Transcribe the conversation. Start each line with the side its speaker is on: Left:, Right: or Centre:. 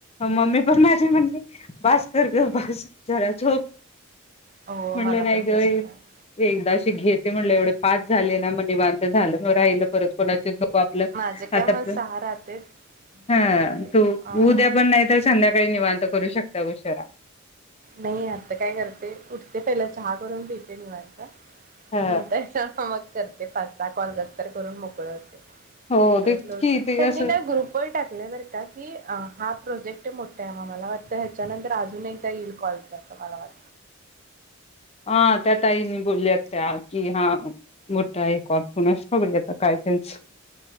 Left: मम्मी पण माझी म्हणजे बास, कर ग बास जरा झोप.
Right: हो
Left: म्हनलं
Right: मला
Left: नाही
Right: पण
Left: ग एक,
Right: तसच आहे
Left: एकदाशी घेत मी म्हनलं एवढे पाच झाले ना म निवांत झालं म राहिलं परत कोणाचेच नको आपलं
Right: माझे काय
Left: आटापलं
Right: मग सहा राहतेत मग
Left: हा
Right: काय
Left: तू
Right: अ
Left: उद्या पण नाही तर संध्याकाळी निवांत करू शकता उशिरा.
Right: नाही आता काय करते, उठते पहिला चहा करून पितेे निवांत.
Left: ह
Right: नंतर च मग करते पाच सहा कॉल कर तरं करून मोकळ होते.
Left: हो
Right: परत
Left: तेच
Right: लो
Left: की ते
Right: त्यांनी
Left: असं
Right: ना ग्रुपवर टाकल बरका की अ हा प्रोजेक्ट मोठा आहे म मला वाटतं ह्याच्यानंतर अजून एकदा यील. कॉलच असं मला वाट
Left: हा त्या ताई नी बोलल्या त्या कि हा मोठा आहे, कॉ कुणास ठाऊक बाई आता काय त्यांच.